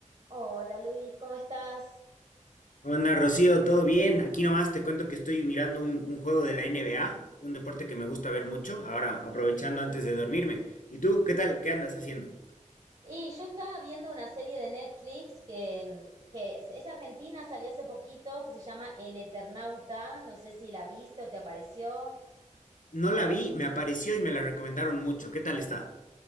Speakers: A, on the right; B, on the left.
A: Hola Luis, ¿cómo estás?
B: Onda, Rocío, ¿todo bien? Aquí nomás te cuento que estoy mirando un, un juego de la NBA, un deporte que me gusta ver mucho, ahora aprovechando antes de dormirme. ¿Y tú, qué tal? ¿Qué andas haciendo?
A: Y yo estaba viendo una serie de Netflix que, que es es argentina, salió hace poquito, que se llama El Eternauta. No sé si la viste o te apareció.
B: No la vi, me apareció y me la recomendaron mucho. ¿Qué tal está?